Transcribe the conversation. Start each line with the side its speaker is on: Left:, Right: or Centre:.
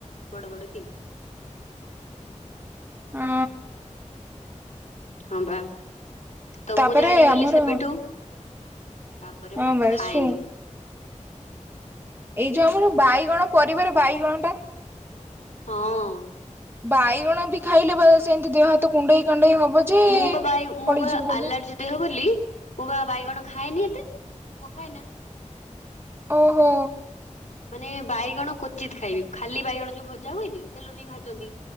Left: ବଡ-ବଡ କି
Right: ହୁଁ।
Left: ହଁ ବା, ତ
Right: ତାପରେ
Left: ମୁଁ ଜାଣିଗଲି
Right: ଆମର
Left: ସେବେଠୁ ତାପରେ
Right: ହଁ
Left: ମୁଁ ଆଉ
Right: ବା
Left: ଖାଏନି।
Right: ଶୁଁ ଏଇ ଯୋଉ ଆମର ବାଇଗଣ ପରିବାର ବାଇଗଣ ଟା
Left: ହଁ।
Right: ବାଇଗଣ ବି ଖାଇଲେ ବା ସେନ୍ତି ଦେହ ହାତ କୁଣ୍ଡେଇ କାଣ୍ଡେଇ ହବ। ଯେ
Left: ମୁଁ ବା ବାଇ ମୋ
Right: ପଳେଇଯିବ
Left: ବା
Right: କହିଲେ
Left: ଆଲାର୍ଜି ଦେହ ବୋଲି ମୁଁ ବା ବାଇଗଣ ଖାଏନି ଏତେ। <unintelligible> ଖାଏ ନା
Right: ଓହୋ।
Left: ମାନେ ବାଇଗଣ କ୍ଵଚିତ୍ ଖାଇବି, ଖାଲି ବାଇଗଣ ଯୋଉ ଭଜା ହୁଏନି ତେଲ ଦେଇ ଭାଜନ୍ତି।